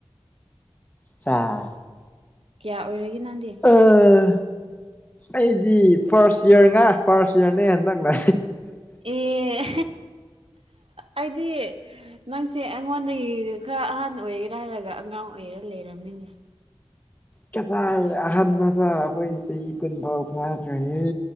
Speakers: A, on the left; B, on the right.
A: ꯆꯥ
B: ꯀꯌꯥ ꯑꯣꯏꯔꯒꯦ ꯅꯪꯗꯤ
A: ꯑꯥ ꯑꯩꯗꯤ ꯐꯥꯔꯁ ꯏꯌꯥꯔ ꯉꯥ ꯐꯥꯔꯁ ꯏꯌꯥꯔꯅꯦ ꯅꯪꯅꯥ
B: ꯑꯦ ꯑꯩꯗꯤ ꯅꯪꯁꯦ ꯑꯩꯉꯣꯟꯗꯒꯤ ꯈꯔ ꯑꯍꯥꯟ ꯑꯣꯏꯔꯤꯔꯥ ꯍꯥꯏꯔꯒ ꯑꯉꯥꯡ ꯑꯣꯏꯔ ꯂꯩꯔꯝꯃꯤꯅꯦ
A: ꯀꯗꯥꯥꯏ ꯑꯍꯟꯅꯣꯗ ꯑꯩꯈꯣꯏꯗꯤ ꯆꯍꯤ ꯀꯨꯟꯐꯥꯎ ꯐꯥꯗ꯭ꯔꯤꯌꯦ